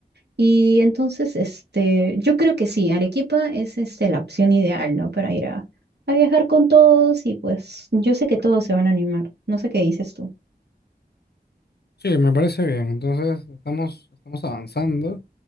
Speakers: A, on the right; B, on the left.
A: Y entonces, este, yo creo que sí, Arequipa es, este, la opción ideal, ¿no? Para ir a, a viajar con todos y pues yo sé que todos se van a animar. No sé qué dices tú.
B: Sí, me parece bien. Entonces, estamos, estamos avanzando.